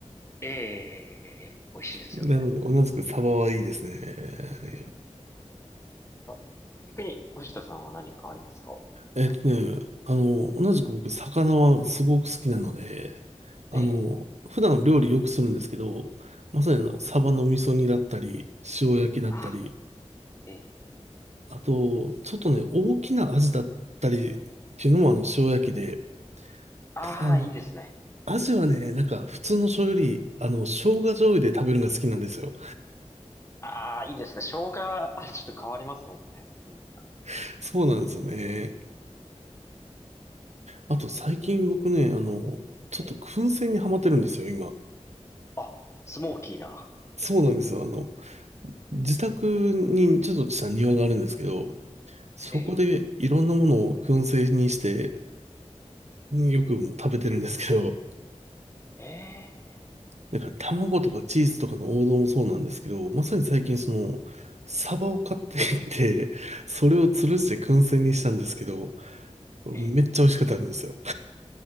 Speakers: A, on the left (about 25°); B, on the right (about 70°).
A: ええええ美味しいですよね。
B: なので、同じく鯖はいいですね。
A: なんか、逆に、藤田さんは何かありますか他に。
B: えっとね、あの、同じく僕、魚はすごく好きなので、あの、
A: ええ、
B: 普段料理よくするんですけど、まさにあの、
A: ええ、
B: サバの味噌煮だったり、塩焼きだったり、
A: あ、ええ、
B: あと、ちょっとね、大きなアジだったりっていうのもあの、塩焼きで、
A: ああ、
B: ただあの、
A: いいですね。
B: アジはね、
A: ええ
B: なんか普通の醤油より、あの、生姜醤油で食べるのが好きなんですよ。
A: ああ、いいですね。生姜、あ、ちょっと変わりますもんね。風味が。
B: <laughs> そうなんですよね。あと、最近僕ね、あの、ちょっと燻製にハマってるんですよ、
A: ええ、
B: 今。
A: あ、スモーキーな。
B: そうなんですよ。あの、自宅にちょっとした庭があるんですけど、そこでいろんなものを燻製にして、
A: ええ、
B: よく食べてるんですけど、
A: ええ、
B: なんか卵とかチーズとかの王道もそうなんですけど、まさに最近その、サバを買ってきて、それを吊るして燻製にしたんですけど、
A: ええ、
B: めっちゃ美味しかったんですよ。
A: ええ